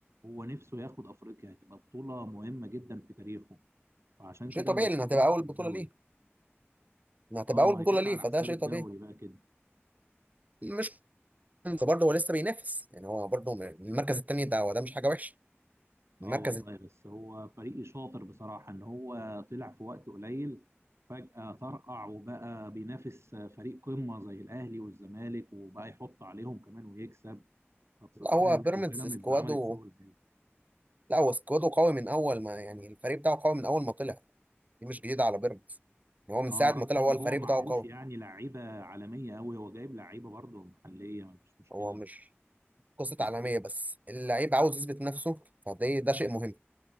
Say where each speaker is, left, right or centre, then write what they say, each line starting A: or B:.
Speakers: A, on the right; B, on the right.
A: هو نفسه ياخد افريقيا هتبقى بطوله مهمه جدا في تاريخه فعشان
B: شيء
A: كده
B: طبيعي
A: مركزوش
B: لان هتبقى اول
A: في الدوري
B: بطوله ليه ان هتبقى
A: اه ما
B: اول بطوله
A: هي جت
B: ليه
A: على
B: فده
A: حساب
B: شيء
A: الدوري
B: طبيعي
A: بقى كده
B: مش انت برضه هو لسه بينافس يعني هو برضه من المركز الثاني ده وده مش حاجه وحشه المركز
A: اه والله
B: الت-
A: بس هو فريق شاطر بصراحة ان هو طلع في وقت قليل فجأة طرقع وبقى بينافس فريق قمة زي الاهلي والزمالك وبقى يحط عليهم كمان ويكسب فبصراحة
B: لا هو
A: لا
B: بيراميدز
A: البيراميدز
B: سكواده
A: عملت شغل حلو
B: لا هو سكواده قوي من اول ما يعني الفريق بتاعه قوي من اول ما طلع دي مش جديده على بيراميدز يعني هو من
A: اه
B: ساعه ما
A: رغم
B: طلع هو
A: ان
B: الفريق
A: هو معهوش
B: بتاعه قوي
A: يعني لعيبة عالمية قوي هو جايب لعيبة برضه محلية مفيش مشكلة
B: هو مش قصه
A: مش
B: عالميه بس اللعيب عاوز يثبت نفسه فده ده شيء مهم